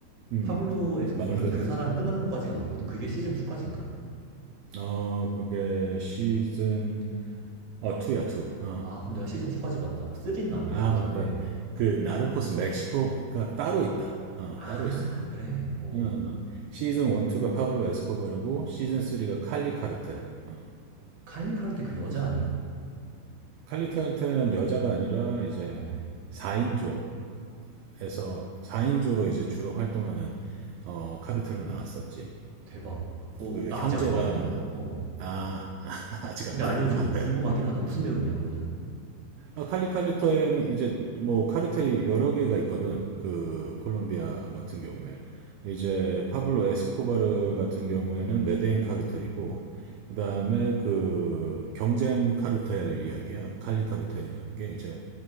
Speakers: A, on the right (about 85°); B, on the right (about 55°).
A: 음.
B: 파블로 에스코바르
A: 마음대로
B: 그 사람
A: 하지.
B: 끝나는 것까지가 봤거든.
A: 음.
B: 그게 시즌 2까지인가?
A: 어, 그게 시즌 어 2야, 2. 어.
B: 아, 근데 나 시즌 2까지 봤다. 3는 안 본
A: 아,
B: 것
A: 맞다.
B: 같은데.
A: 그 나르코스 멕시코가 따로 있다. 어,
B: 아,
A: 따로 있어.
B: 그래. 어,
A: 응, 응.
B: 어.
A: 시즌 1, 2가 파블로 에스코바르고 시즌 3가 칼리 카르텔. 어.
B: 칼리 카르테 그 여자
A: 그래서
B: 아니야?
A: 칼리 카르텔은 여자가 아니라 이제
B: 어,
A: 4인조에서 4인조로 이제 주로 활동하는 어, 카르텔로 나왔었지.
B: 대박. 고,
A: 그
B: 나
A: 형제가
B: 아직 안 봤거든?
A: 뭐
B: 어, 어.
A: 아, <laughs> 아직 안
B: 근데
A: 봤구나.
B: 알려줘. 궁금하긴 하다. 무슨 내용이야, 그거는?
A: 아, 칼리 칼리터에는 이제 뭐 카르텔이 여러 개가 있거든. 그 콜롬비아 같은 경우에 이제 파블로 에스코바르 같은 경우에는 메데인 카르텔이고 그다음에 그 경쟁 카르텔 이야기야. 칼리 카르텔이라는 게 이제